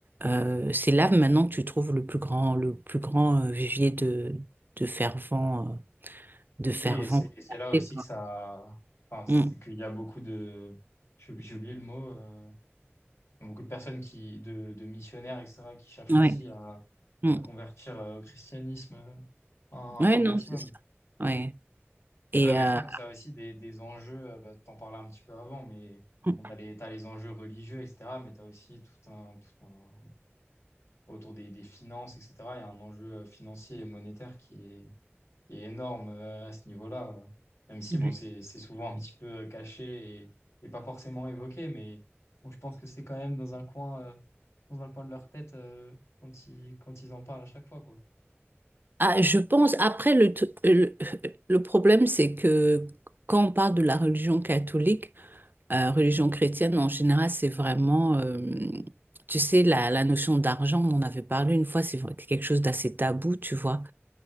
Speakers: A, on the right (about 45°); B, on the left (about 80°).
A: Euh, c'est là maintenant que tu trouves le plus grand, le plus grand euh, vivier de, de fervents, euh, de fervents.
B: Oui, et c'est et c'est
A: contactés,
B: là aussi
A: quoi.
B: que ça, enfin, c'est-
A: Mm,
B: qu'il y a beaucoup de, j'ai j'ai oublié le mot, euh, beaucoup de personnes qui, de, de missionnaires, etc., qui cherchent
A: mm,
B: aussi
A: ouais,
B: à,
A: mm.
B: à convertir euh, au christianisme euh, un
A: Ouais,
B: un
A: non,
B: maximum.
A: c'est ça. Ouais. Et
B: Ouais, mais
A: euh,
B: je pense que ça a aussi des, des enjeux, euh, bah, t'en parlais un petit peu avant, mais
A: mm,
B: bon, t'as les, t'as les enjeux religieux, etc., mais t'as aussi tout un, tout un, autour des, des finances, etc., il y a un enjeu euh, financier et monétaire qui est, qui est énorme euh, à ce niveau-là, euh. même si,
A: ouais.
B: bon, c'est, c'est souvent un petit peu euh, caché et, et pas forcément évoqué, mais bon, je pense que c'est quand même dans un coin, euh, dans un coin de leur tête, euh, quand ils, quand ils en parlent à chaque fois, quoi.
A: Ah, je pense, après, le, t- le, <laughs> le problème, c'est que quand on parle de la religion catholique, euh, religion chrétienne en général, c'est vraiment, euh, tu sais, la, la notion d'argent, on en avait parlé une fois, c'est vrai que c'est quelque chose d'assez tabou, tu vois.